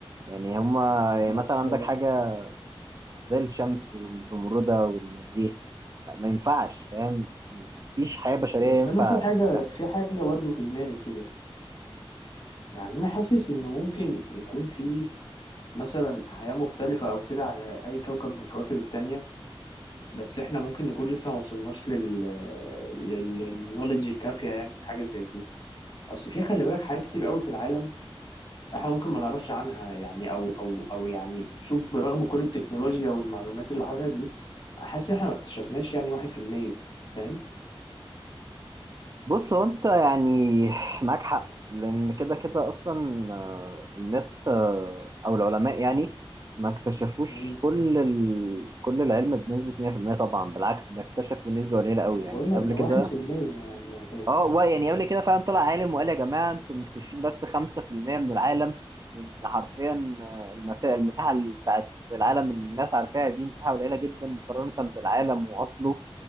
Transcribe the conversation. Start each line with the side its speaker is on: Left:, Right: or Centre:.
Right: يعني هما يعني
Left: بس
Right: مثلا عندك حاجة زي الشمس
Left: مم.
Right: والزمردة والمريخ ما ينفعش فاهم مفيش حياة بشرية
Left: بس
Right: ينفع
Left: أنا في حاجة
Right: تحصل
Left: في حاجة برضه في دماغي كده يعني أنا حاسس إن ممكن يكون في مثلا حياة مختلفة أو كده على أي كوكب من الكواكب التانية بس إحنا ممكن نكون لسه ما وصلناش لل لل- للنولج الكافية يعني في حاجة زي دي اصل في خلي بالك حاجات كتير قوي في العالم احنا ممكن ما نعرفش عنها يعني او او او يعني شوف برغم كل التكنولوجيا والمعلومات اللي حصلت دي حاسس احنا ما اكتشفناش يعني واحد في المية فاهم؟
Right: بص هو انت يعني معاك حق لان كده كده اصلا آه، الناس آه، او العلماء يعني ما اكتشفوش
Left: مم.
Right: كل ال... كل العلم بنسبة 100% طبعا بالعكس ده اكتشفوا نسبة قليلة قوي
Left: انا
Right: يعني
Left: بقول لك
Right: قبل
Left: ده
Right: كده
Left: واحد في المية يعني يعتبر
Right: اه و- يعني قبل كده فعلا طلع عالم وقال يا جماعة انتم مكتشفين بس 5% من العالم وان حرفيا آه، المسا... المساحة ال- بتاعت العالم اللي الناس عارفاها دي مساحة قليلة جدا مقارنة بالعالم واصله